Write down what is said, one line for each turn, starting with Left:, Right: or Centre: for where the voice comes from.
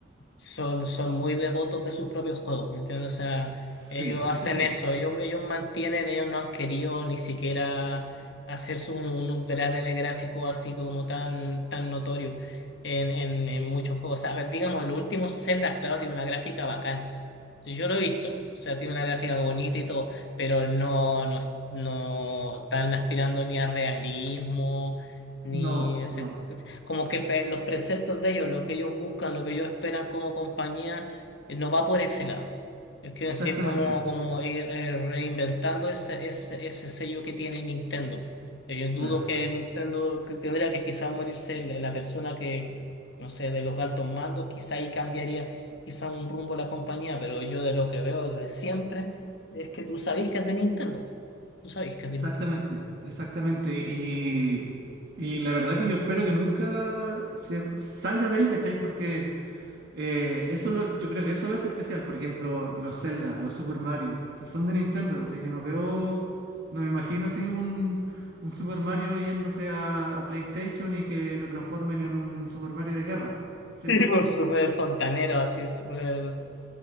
Left: son, son muy devotos de sus propios juegos, ¿me entiendes? O sea,
Right: Sí,
Left: ellos hacen
Right: eso sí.
Left: eso, ellos, ellos mantienen, ellos no han querido ni siquiera hacerse un, un upgrade de gráfico así como tan, tan notorio en, en, en muchos juegos. O sea, a ver, digamos, los últimos Zelda, claro, tiene una gráfica bacán. Sí, Yo lo he visto, o sea, tiene una gráfica bonita y todo, pero no, no, no están aspirando ni a realismo, ni
Right: No, no,
Left: como que pe- los preceptos de ellos, lo que ellos buscan, lo que ellos esperan como compañía, eh, no va por ese lado. Yo quiero
Right: exactamente,
Left: decir, como, como ir eh, reinventando ese, ese, ese sello que tiene Nintendo. Eh, Yo dudo
Right: claro.
Left: que Nintendo que tendría que quizás morirse el- la persona que, que, no sé, de los altos mandos, quizá ahí cambiaría quizá un rumbo la compañía, pero yo de lo que veo desde siempre es que tú sabés que es de Nintendo. Tú sabés que es
Right: Exactamente,
Left: de Nintendo. <laughs>
Right: exactamente. Y, y la verdad que yo espero que nunca se salga de ahí, ¿cachai? Porque eh, eso lo, yo creo que eso lo hace especial. Por ejemplo, los Zelda, los Super Mario, que son de Nintendo, ¿cachai? Yo no veo, no me imagino así un, un Super Mario yéndose a, a PlayStation y que lo transformen en un Super Mario de guerra, ¿cachai?
Left: Y pues súper fontanero, así, súper...